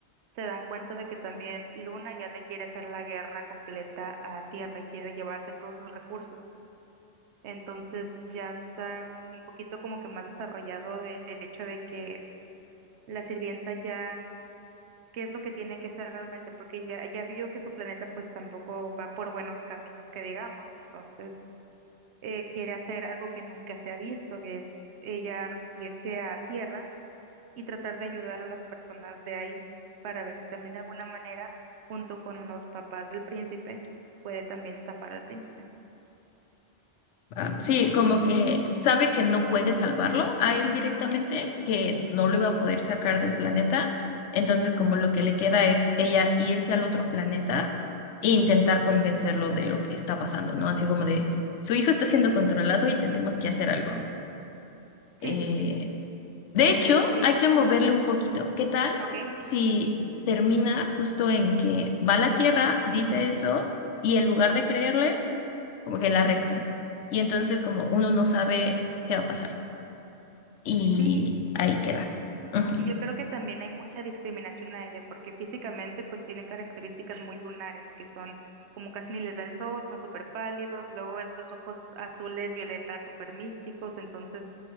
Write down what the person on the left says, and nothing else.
Ah, Sí, como que sabe que no puede salvarlo a él directamente, que no lo iba a poder sacar del planeta. Entonces, como lo que le queda es ella irse al otro planeta e intentar convencerlo de lo que está pasando, ¿no? Así como de, su hijo está siendo controlado y tenemos que hacer algo. Eh,
de hecho,
hay que moverle
un poquito. ¿Qué tal
si termina justo en que va a la Tierra, dice eso, y en lugar de creerle como que la resta. Y entonces como uno no sabe qué va a pasar. Y
ahí queda. Ujú.